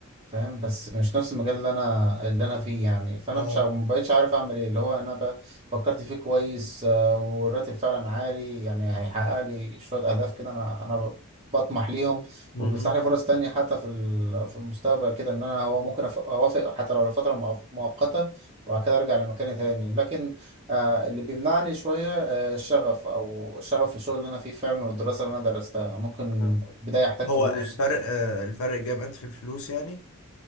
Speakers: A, on the right (about 30°); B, on the left (about 75°).
A: فاهم بس مش نفس المجال اللي انا اللي انا فيه يعني فانا
B: اه
A: مش عارف- مبقتش عارف اعمل ايه اللي هو انا بقى فكرت فيه كويس آه والراتب فعلا عالي يعني هيحقق لي شوية اهداف كده انا انا بطمح ليهم
B: مهم.
A: وبيفتح لي فرص تانية حتى في ال- في المستقبل كده ان انا هو ممكن أف- اوافق حتى لو لفترة مؤ- مؤقتة وبعد كده ارجع لمكاني تاني لكن آه اللي بيمنعني شوية آه الشغف او الشغف في الشغل اللي انا فيه فعلا والدراسة اللي انا درستها ممكن
B: اه
A: بداية احتاج
B: هو
A: فلوس
B: الفرق آه الفرق جامد في الفلوس يعني